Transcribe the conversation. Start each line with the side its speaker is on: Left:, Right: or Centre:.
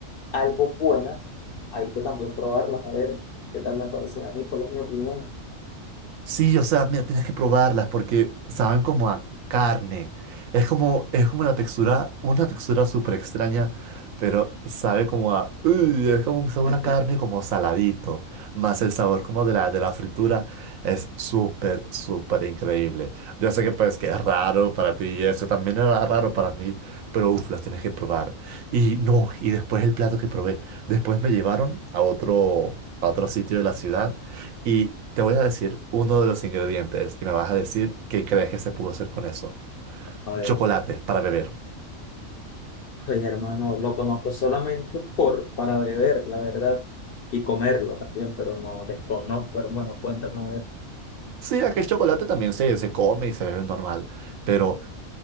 Left: algo buenas, hay que también probarlas, a ver qué tal me parecen a mí, cuál es mi opinión.
Right: Sí, o sea, mira, tienes que probarlas porque saben como a carne. Es como, es como la textura, una textura súper extraña, pero sabe como a, uy, es como un sabor
Left: <laughs>
Right: a carne como saladito, más el sabor como de la, de la fritura. Es súper, súper increíble. Yo sé que pues que es raro para ti y eso también era raro para mí, pero uff, las tienes que probar. Y no, y después el plato que probé, después me llevaron a otro, a otro sitio de la ciudad y te voy a decir uno de los ingredientes y me vas a decir qué crees que se pudo hacer con eso.
Left: A ver,
Right: Chocolate para beber.
Left: oye, hermano, lo conozco solamente <laughs> por, para beber, la verdad, y comerlo también, pero no desconozco, hermano, cuéntame
Right: Sí, aquel chocolate también se, se come y se bebe normal, pero